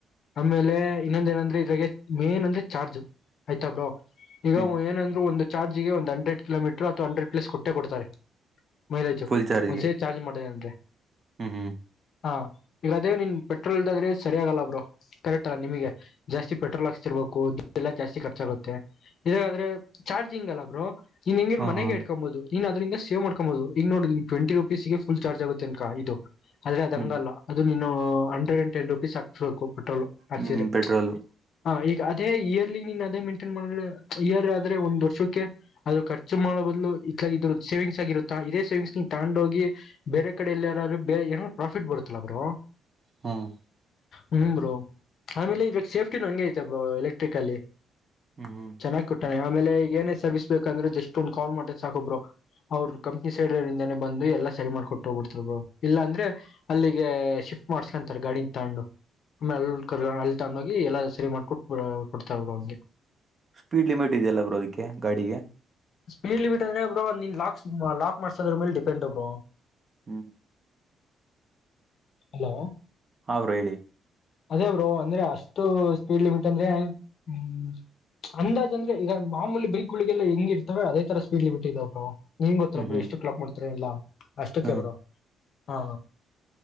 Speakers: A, on the left; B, on the right.
A: ಆಮೇಲೆ ಇನ್ನೊಂದ ಏನಂದ್ರೆ ಇದ್ರಾಗೇ ಮೇನ್ ಅಂದ್ರೆ ಚಾರ್ಜ್ ಆಯ್ತಾ ಬ್ರೋ ಈಗ
B: ಹ್ಮ್
A: ಏನಂದ್ರು ಒಂದು ಚಾರ್ಜಿಗೆ ಒಂದು ಹಂಡ್ರೆಡ್ ಕಿಲೋಮೀಟರ್ ಅಥವಾ ಹಂಡ್ರೆಡ್ ಪ್ಲೇಸ್ ಕೊ ಟ್ಟೆ ಕೊಡ್ತಾರೆ ಮೈಲೇಜು
B: ಫುಲ್ ಚಾರ್ಜ್ಗೆ
A: ಒಂದ್ಸರಿ ಚಾರ್ಜ್ ಮಾಡದ್ರೀ ಅಂದ್ರೆ
B: ಹ್ಮ್ ಹ್ಮ್
A: ಹಾ ಈಗ ಅದೇ ನಿನ್ ಪೆಟ್ರೋಲ್ದಾದ್ರೆ ಸರಿ ಆಗಲ್ಲ ಬ್ರೋ ಕರೆಕ್ಟ್ ಅಲ್ಲ ನಿಮಗೆ ಜಾಸ್ತಿ ಪೆಟ್ರೋಲ್ ಹಾಕ್ಸತಿರ್ಬೇಕು ಎಲ್ಲ ಜಾಸ್ತಿ ಖರ್ಚಾಗುತ್ತೆ ಇದಾದ್ರೆ ಚಾರ್ಜಿಂಗ್ ಅಲ್ಲ ಬ್ರೋ ನೀನ್ ಹೆಂಗಿ
B: ಹಾಂ
A: ಮನೆಗೆ
B: ಹಾಂ
A: ಇಡ್ಕೊಂಬಹುದು ನೀನ್ ಅದ್ರಿಂದ ಸೇವ್ ಮಾಡಕೊಂಬಹುದು ಈಗ ನೋಡ್ರ ಟ್ವೆಂಟಿ ರುಪೀಸ್ಗೇ ಫುಲ್ ಚಾರ್ಜ ಆಗುತ್ತೆ ಅನ್ಕ ಇದು ಆದ್ರೇ ಅದ
B: ಹ್ಮ್
A: ಹಂಗಲ್ಲ ಅದು ನೀ ಹಂಡ್ರೆಡ್ ಆಂಡ್ ಟೆನ್ ರುಪೀಸ್ ಹಾಕ್ಸ್ಬೇಕು ಟ್ಟಲ್ಲು ಹಾಕ್ಸಿದ್ರೆ
B: ಹ್ಮ್ ಪೆಟ್ರೋಲು
A: ಆ ಈ ಅದೇ ಇಯರ್ಲಿ ನೀನ್ ಅದೇ ಮೇಂಟೈನ್ ಮಾಡ್ ಇಯರ್ ಆದ್ರೆ ಒಂದು ವರ್ಷ ಅದು ಖರ್ಚು ಮಾಡೋಬದ್ಲು ಇಲ ಇದ್ರ ಸೇವಿಂಗ್ಸ್ ಆಗಿರುತ್ತಾ ಇದೇ ಸೇವಿಂಗ್ಸ್ ನ ತಗೊಂಡು ಹೋಗಿ ಬೇರೆ ಕಡೆಯಲ್ಲಿ ಯಾವ್ದಾದ್ರು ಬೇರೆ ಏನಾದ್ರು ಪ್ರಾಫಿಟ್ ಬರುತ್ತಲ್ಲ ಬ್ರೋ
B: ಹ್ಮ್
A: ಹ್ಮ ಬ್ರೋ ಆಮೇಲೆ ಸೇಫ್ಟಿನೂ ಹಂಗೆ ಐತೆ ಬ್ರೋ ಎಲೆಕ್ಟ್ರಿಕಲ್ಲಿ
B: ಹ್ಮ್ ಹ್ಮ್
A: ಚೆನ್ನಾಗಿ ಕೊಟ್ಟರೇ ಆಮೇಲೆ ಈಗ ಏನೇ ಸರ್ವಿಸ್ ಬೇಕಂದ್ರೆ ಜಸ್ಟ್ ಒಂದ್ ಕಾಲ್ ಮಾಡತ ಸಾಕೂ ಬ್ರೋ ಅವರು ಕಂಪ್ನಿ ಸೈಡ್ಂದಾನೇ ಬಂದು ಎಲ್ಲಾ ಸರಿ ಮಾಡ್ಕೊಟ್ಟು ಹೋಗ್ಬಿಡ್ತಾರೆ ಬ್ರೋ ಇಲ್ಲಾಂದ್ರೆ ಅಲ್ಲಿಗೆ ಶಿಫ್ಟ್ ಮಾಡ್ಸ್ಲಂತಾರೆ ಗಾಡಿನ ತಗಂಡು ಆಮೇಲೆ ಅಲ್ಲಿ ಕ ಅಲ್ಲಿ ತೊಂಡು ಹೋಗಿ ಎಲ್ಲಾ ಸರಿ ಮಾಡ್ಕೊ ಕೊಡ್ತಾರ ಬ್ರೋ ಹಂಗೆ
B: ಸ್ಪೀಡ್ ಲಿಮಿಟ್ ಇದೆಯಲ್ಲ ಬ್ರೋ ಅದಿಕ್ಕೆ ಗಾಡಿಗೆ
A: ಸ್ಪೀಡ್ ಲಿಮಿಟ್ ಅಂದ್ರೆ ಬ್ರೋ ನೀನ್ ಲಾಕ್ ಲಾಕ್ ಮಾಡಸೋದ್ರ ಮೇಲೆ ಡಿಪೆಂಡ್ ಬ್ರೋ
B: ಹ್ಮ್
A: ಹಲೋ
B: ಹಾ ಬ್ರೋ ಹೇಳಿ
A: ಅದೇ ಬ್ರೋ ಅಂದ್ರೆ ಅಷ್ಟು ಸ್ಪೀಡ್ ಲಿಮಿಟ್ ಅಂದ್ರೆ ಹ್ಮ್ ಅಂದಾಜ ಅಂದ್ರೆ ಈಗ ಮಾಮೂಲಿ ಬೈಕ್ಗುಳಿಗೆಲ್ಲ ಹೆಂಗಿರ್ ಅದೇ ತರ ಸ್ಪಡ್ ಲಿಮಿಟ್ ಇದೆ ಬ್ರೋ ನೀಂಗ್ ಗೊತ್ತಾ
B: ಹ್ಮ್
A: ಬ್ರೋ
B: ಹ್ಮ್
A: ಎಷ್ಟುಕ್ ಲಾಕ್ ಮಾಡ್ತಾರ ಇಲ್ಲ ಅಷ್ಟಕ್ಕೆ
B: ಹ್ಮ್
A: ಬ್ರೋ ಹಾ